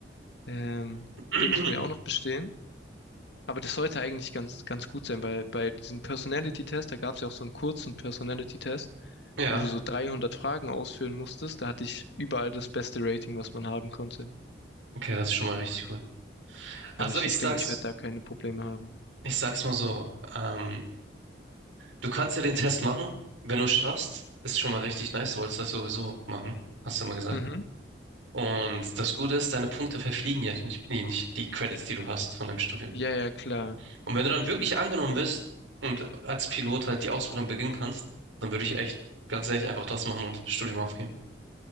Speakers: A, on the left; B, on the right.
A: Ähm,
B: <clears throat>
A: den muss man ja auch noch bestehen. Aber das sollte eigentlich ganz, ganz gut sein, weil bei diesem Personality-Test, da gab es ja auch so einen kurzen Personality-Test,
B: Ja,
A: wo du so 300 Fragen ausfüllen musstest. Da hatte ich überall das beste Rating, was man haben konnte.
B: okay, das ist schon mal richtig gut. Also
A: Also ich,
B: ich
A: ich
B: sag's,
A: denke, ich werde da keine Probleme haben.
B: ich sag's mal so, ähm, du kannst ja den Test machen, wenn du es schaffst, ist schon mal richtig nice, du wolltest das sowieso machen, hast du immer gesagt.
A: Mhm.
B: Und das Gute ist, deine Punkte verfliegen ja nicht, nee, nicht die Credits, die du hast von deinem Studium.
A: Ja, ja, klar.
B: Und wenn du dann wirklich angenommen wirst und als Pilot halt die Ausbildung beginnen kannst, dann würde ich echt ganz ehrlich einfach das machen und Studium aufgeben.